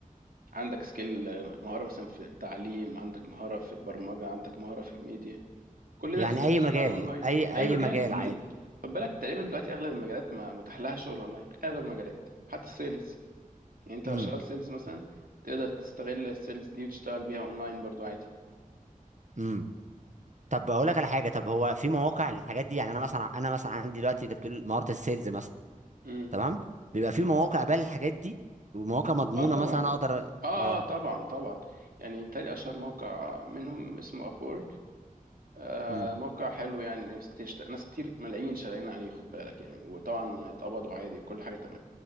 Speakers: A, on the right (about 85°); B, on the right (about 55°).
A: عندك سكيل مهارة مثلا في التعليم عندك مهارة في البرمجة عندك مهارة في الميديا كل
B: يعني
A: ده تقدر
B: اي
A: تشتغل
B: مجال
A: اونلاين
B: اي
A: اي
B: اي
A: مجال
B: مجال
A: كل
B: عادي
A: خد بالك تقريبا دلوقتي اغلب المجالات ما متاح لها شغل اونلاين اغلب المجالات حتى السيلز يعني انت
B: امم
A: لو شغال سيلز مثلا تقدر تستغل السيلز دي وتشتغل بيها اونلاين برضو عادي
B: امم طب اقول لك على حاجه طب هو في مواقع للحاجات دي يعني انا مثلا انا مثلا عندي دلوقتي انت بتقول مهاره السيلز مثلا
A: امم
B: تمام بيبقى في مواقع بقى للحاجات دي ومواقع مضمونه
A: اه طبعا
B: مثلا اقدر
A: اه
B: اه
A: اه طبعا طبعا يعني بالتالي اشهر موقع منهم اسمه ابورك آه
B: امم
A: موقع حلو يعني ناس كتير ناس كتير ملايين شغالين عليه خد بالك يعني وطبعا اتقبضوا عادي وكل حاجة تمام